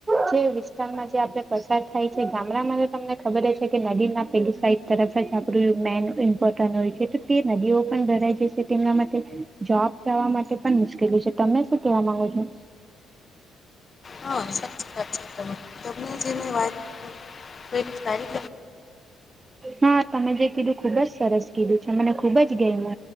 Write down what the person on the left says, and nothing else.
હા સાચી વાત છે <unintelligible>